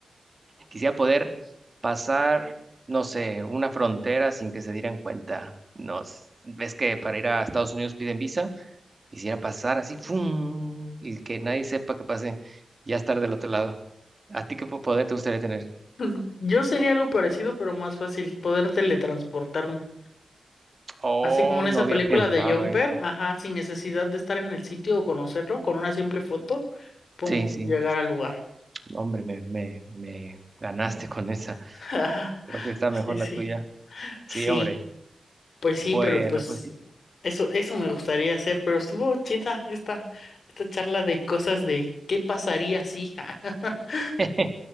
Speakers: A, on the right; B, on the left.
A: Quisiera poder pasar, no sé, una frontera sin que se dieran cuenta. No, s- ves que para ir a Estados Unidos piden visa. Quisiera pasar así, ¡fum! Y que nadie sepa que pasé. y Ya estar del otro lado. ¿A ti qué po- poder te gustaría tener?
B: Pues, Yo sería algo parecido, pero más fácil, poder teletransportarme.
A: Oh,
B: Así como en esa
A: no había
B: película
A: pensado,
B: de Jumper,
A: eh.
B: ajá, sin necesidad de estar en el sitio o conocerlo, con una simple foto, pum,
A: Sí, sí.
B: llegar al lugar.
A: No, Hombre, me, me, me ganaste con esa.
B: <laughs>
A: Creo que está mejor
B: Sí, sí,
A: la tuya. Sí,
B: sí,
A: hombre.
B: pues sí,
A: Bueno,
B: pero pues
A: pues sí.
B: eso, eso me gustaría hacer, pero estuvo chida esta, esta charla de cosas de qué pasaría si. <laughs>
A: <laughs>